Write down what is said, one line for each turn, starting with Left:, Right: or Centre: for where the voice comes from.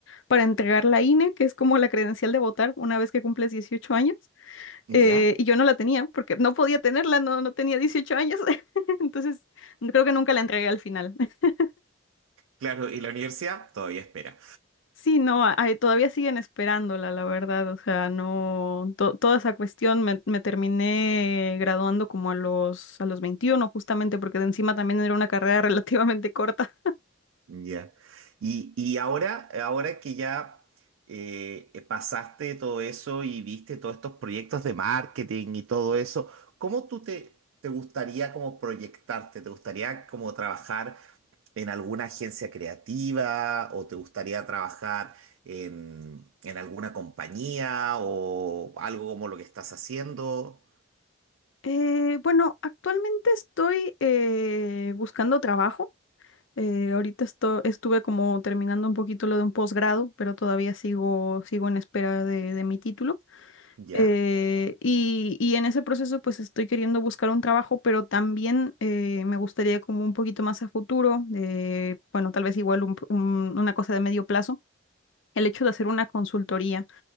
Left: para entregar la INE, que es como la credencial de votar una vez que cumples 18 años,
Right: ¿Ya?
Left: eh, y yo no la tenía porque no podía tenerla, no, no tenía 18 años, <laughs> entonces creo que nunca la entregué al final. <laughs>
Right: Claro, y la universidad todavía espera.
Left: Sí, no, a- a- todavía siguen esperándola, la verdad, o sea, no, to- toda esa cuestión me, me terminé graduando como a los, a los 21, justamente porque de encima también era una carrera <laughs> relativamente corta.
Right: Ya. Y, y ahora, ahora que ya eh, eh, pasaste todo eso y viste todos estos proyectos de marketing y todo eso, ¿cómo tú te, te gustaría como proyectarte? ¿Te gustaría como trabajar en alguna agencia creativa o te gustaría trabajar en, en alguna compañía o algo como lo que estás haciendo?
Left: Eh, bueno, actualmente estoy eh, buscando trabajo. Eh, ahorita esto- estuve como terminando un poquito lo de un posgrado, pero todavía sigo, sigo en espera de, de mi título.
Right: ¿Ya?
Left: Eh, y, y en ese proceso pues estoy queriendo buscar un trabajo, pero también eh, me gustaría como un poquito más a futuro, eh, bueno, tal vez igual un- un- una cosa de medio plazo, el hecho de hacer una consultoría